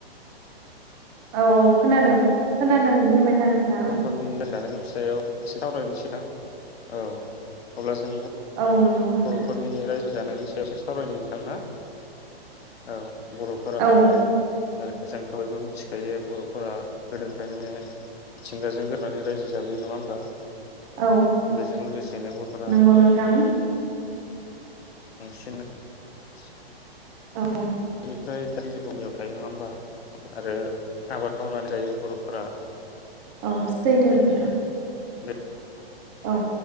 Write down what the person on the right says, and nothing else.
औ औ खोनादों खोनादों बुंबाय था नोंथां औ
औ नंगौ नोंथां
औ
औ
नंगौ नोंथां
औ
औ <unintelligible>
औ